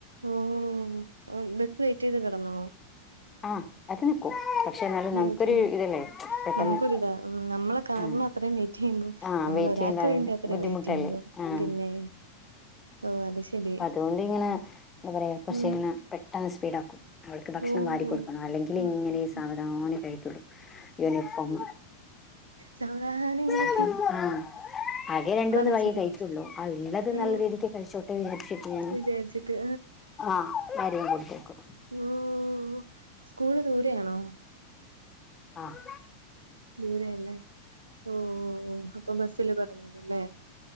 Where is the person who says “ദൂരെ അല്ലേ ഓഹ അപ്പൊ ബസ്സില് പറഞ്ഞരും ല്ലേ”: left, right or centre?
Right